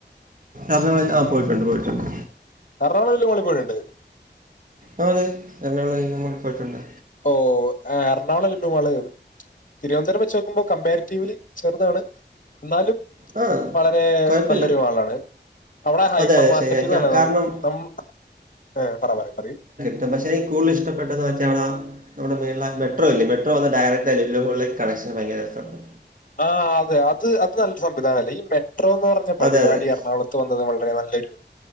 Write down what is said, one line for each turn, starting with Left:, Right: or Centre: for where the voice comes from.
Right: അത് ആഹ് പോയിട്ടുണ്ട് പോയിട്ടുണ്ട്
Left: എർണാകുളം ലുലുമാളിപ്പോയിണ്ട്
Right: ആ അതെ എറണാകുളം ലുലുമാളിൽ പോയിട്ടുണ്ട്.
Left: ഓ എർണാകുളം ലുലു മാള് തിരുവന്തപുരം വച്ച് നോക്കുമ്പോ കമ്പാരിറ്റീവ്ലി ചെറുതാണ് എന്നാലും
Right: ആ
Left: വളരെ
Right: കുഴപ്പമില്ല
Left: നല്ലൊരു മാളാണ് അവിടെ ഹൈപ്പർ
Right: അതെ അതെ
Left: മാർക്കറ്റീന്നാണ്
Right: ശരി എനിക്ക്
Left: ന
Right: കാരണം
Left: നമ്മ് ഏഹ് പറ പറ പറയൂ
Right: ട്ട പക്ഷെ കൂടുതല് ഇഷ്ടപ്പെട്ടത് വച്ചാ അവിടാ അവിട മേളിലാ മെട്രോയില്ല മെട്രോ വന്ന് ഡയറക്ടാ ലുലു മാളില് കണക്ഷൻ ഭയങ്കര രസണ്ട്
Left: ആഹ് അതെ അത് അത് നല്ലൊരു സംവിധാനല്ലേ ഈ മെട്രോന്ന് പറഞ്ഞ പരിപാടി
Right: അതെ അതെ
Left: എറണാകുള ത്ത് വന്നത് വളരെ നല്ലൊരു